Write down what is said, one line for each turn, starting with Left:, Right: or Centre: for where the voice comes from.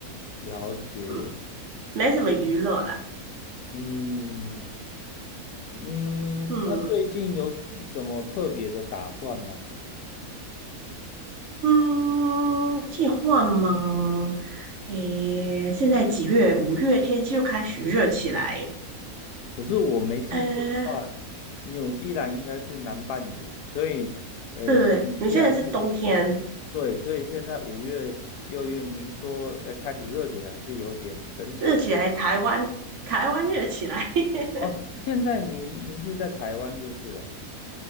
Left: 了解，
Right: 嗯，没什么娱乐啦，
Left: 嗯嗯，
Right: 嗯
Left: 那最近有什么特别的打算吗？
Right: 嗯，计划吗？诶，现在几月？五月天气又开始热起来，
Left: 可是我没记错的话，
Right: 呃，
Left: 纽西兰应该是南半球，所以，呃，
Right: 对，
Left: 你既然是
Right: 你现在是冬天，
Left: 对，所以现在五月、六月，您说呃开始热起来是有点神奇
Right: 热起来，台湾台湾热起来，<laughs>
Left: 哦。现在您您是在台湾就是了。